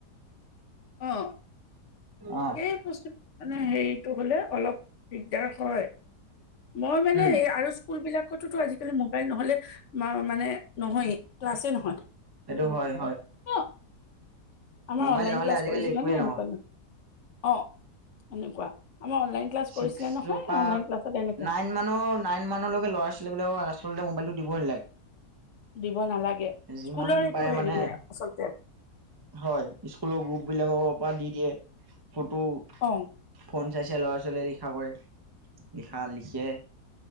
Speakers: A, on the left; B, on the right.
A: অঁ
B: অ
A: সেই বস্তু মানে হেৰিটো হ'লে অলপ দিগদাৰ হয়। মই মানে
B: উম
A: হেৰি আৰু স্কুল বিলাকতোতো আজিকালি মোবাইল নহলে মা মানে নহয়েই ক্লাছে নহয়।
B: সেইটো হয় হয়।
A: অ আমাৰ
B: মোবাইল
A: অনলাইন
B: নহ'লে
A: ক্লাছ
B: আজিকালি
A: কৰিছিলে
B: একোৱেই
A: নে
B: নহয়
A: এনেকুৱা নাই, অঁ এনেকুৱা আমাৰ অনলাইন ক্লাছ
B: ছিক্সৰ
A: কৰিছিলে নহয়
B: পৰা
A: অনলাইন ক্লাছত এনেকে।
B: নাইন মানৰ নাইন মানৰ লৈকে ল'ৰা ছোৱালী বিলাকক আচলতে মোবাইলটো দিবই নালাগে।
A: দিব নালাগে
B: যিমান
A: স্কুলৰ সেইটো
B: পাৰে
A: হেৰিয়ে
B: মানে
A: আচলতে।
B: হয় স্কুলৰ গ্ৰুপ বিলাকৰ পৰা দি দিয়ে, ফটো
A: অঁ।
B: ফোন চাই চাই ল'ৰা ছোৱালীয়ে লিখা কৰে, লিখা লিখে।